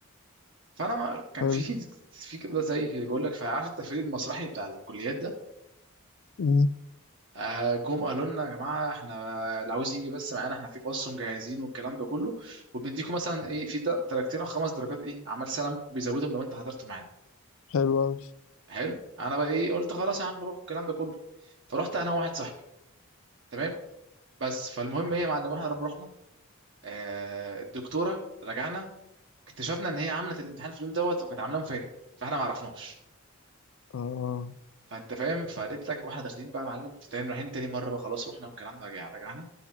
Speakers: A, on the right; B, on the left.
A: فانا كان
B: حلو
A: في <laughs> في كده زي بيقول لك فعارف التفريد المسرحي بتاع الكليات ده
B: مم.
A: آه، جم قالوا لنا يا جماعه احنا اللي عاوز يجي بس معانا احنا في باص مجهزين والكلام ده كله وبنديكم مثلا ايه في د- درجتين او خمس درجات ايه عمل سنه ممكن بيزودهم لو انت حضرته معانا
B: حلو أوي
A: حلو انا بقى ايه قلت خلاص يا عم روح الكلام ده كله فرحت انا وواحد صاحبي تمام بس فالمهم ايه يا معلم احنا لما رحنا آه الدكتوره رجعنا اكتشفنا ان هي عملت الامتحان في اليوم دوت وكانت عاملاه مفاجئ فاحنا ما عرفناش
B: اه
A: فانت فاهم فقالت لك واحنا داخلين بقى يا معلم في تاني رايحين تاني مره بقى خلاص رحنا والكلام ده رجع- رجعنا